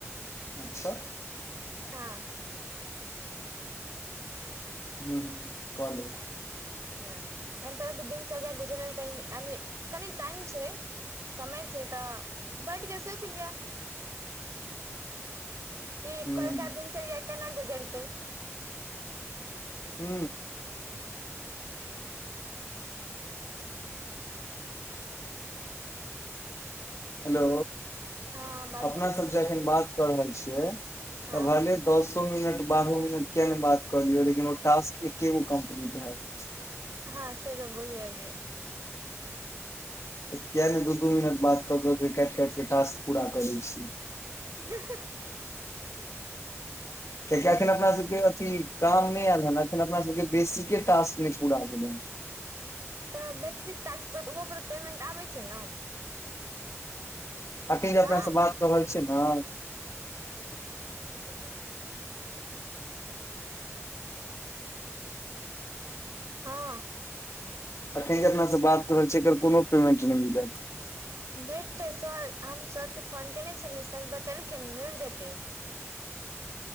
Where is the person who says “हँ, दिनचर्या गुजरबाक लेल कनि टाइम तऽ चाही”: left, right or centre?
Right